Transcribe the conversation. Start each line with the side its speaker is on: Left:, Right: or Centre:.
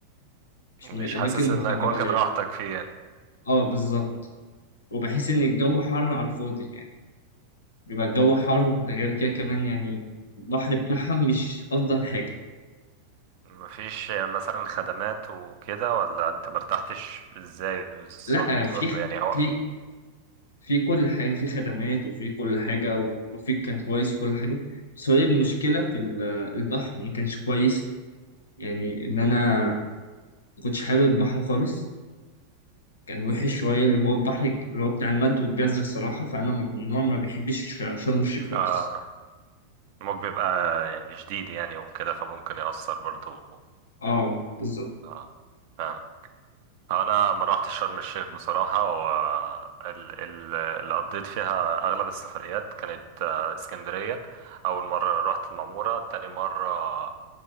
Left: مش
Right: مش
Left: من الأماكن
Right: حاسس
Left: المحببة
Right: انك واخد
Left: ليا
Right: راحتك فيه يعني
Left: اه بالظبط وبحس إن
Right: مم.
Left: الجو حر على الفاضي يعني بيبقى الجو حر ده غير كده كمان يعني البحر بتاعها مش أفضل حاجة
Right: مفيش مثلا خدمات وكده ولا انت مرتحتش ازاي بالظبط
Left: لأ في
Right: برضه يعني هو
Left: في في كل حاجة في خدمات وفي كل حاجة وفيك كان كويس كل حاجة بس هي المشكلة في ال- البحر ما كانش كويس يعني إن أنا ما كنتش حابب البحر خالص كان وحش شوية اللي هو البحر اللي هو بتاع المد والجزر الصراحة فأنا من النوع ما بحبش شرم الشيخ خالص
Right: اه الموج بيبقى يعني شديد يعني وكده فممكن يأثر برضه
Left: اه بالظبط
Right: اه فاهم آه، انا ما روحتش شرم الشيخ بصراحة هو ال- ال- اللي قضيت فيها اغلب السفريات كانت آه، اسكندرية اول مرة رحت المعمورة تاني مرة